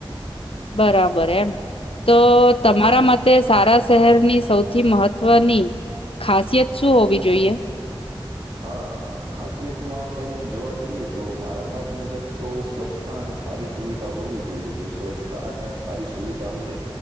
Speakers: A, on the left; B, on the right.
A: બરાબર એમ તો
B: હાં.
A: તો તમારાં મતે સારાં શહેરની સૌથી મહત્વની ખાસિયત શું હોવી જોઈએ?
B: હાં ખાસિયતમાં આપણે જોવા જઈએ તો મારાં મત મુજબ તો સ્વચ્છ તા અને સારી સુવિધા હોવી જોઈએ જો સ્વચ્છ તા અને સારી સુવિધા હશે